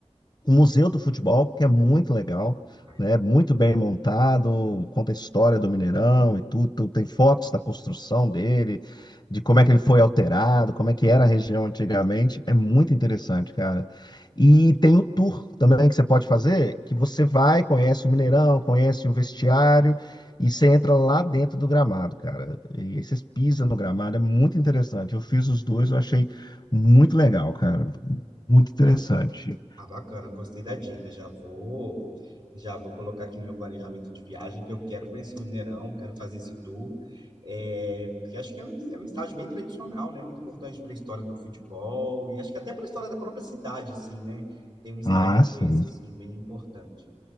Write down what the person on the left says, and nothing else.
Museu do Futebol, que é muito legal,
né?
Muito bem montado, conta a história do Mineirão e tudo, tem fotos da construção dele, de como é que ele foi alterado, como é que era a região antigamente, é muito interessante, cara. E tem o tour também que você pode fazer, que você vai, conhece o Mineirão, conhece o vestiário e você entra lá dentro do gramado, cara. E aí vocês pisam no gramado, é muito interessante. Eu fiz os dois, eu achei muito legal, cara. Muito interessante.
Ah, sim.